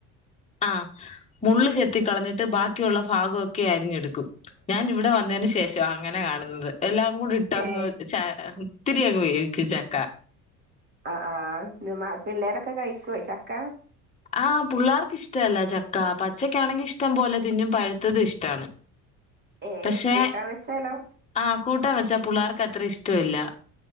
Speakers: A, on the left (about 20°); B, on the right (about 30°).
A: ആഹ് മുള്ള് ചെത്തി കളഞ്ഞിട്ട് ബാ <unintelligible> ഭാഗം ഒക്കെ അരിഞ്ഞി ക്കും. ഞാൻ ഇവിടെ വന്നതിന് ശേഷം അങ്ങനെ കാണുന്നത് <unintelligible> എല്ലാം <unintelligible> ഇട്ടങ്ങ്
B: ഏ
A: ച ഒത്തിരി അങ്ങ് വേവിക്കും ചക്ക
B: ആ ആ ഇത് മ പിള്ളേരൊക്കെ കഴികൊയ് ചക്ക
A: ആഹ് പുള്ളേർക്ക്ഷ്ടല്ല ചക്കാ പച്ചക്കാണെങ്കി ഇഷ്ടം പോലെ തിന്നും പഴുത്തതും ഇഷ്ട്ടാണ്
B: ഏ
A: പക്ഷെ
B: കൂട്ടാൻ വെച്ചാലോ
A: ആ പുള്ളവർക്ക് അത്ര ഇഷ്ടമില്ല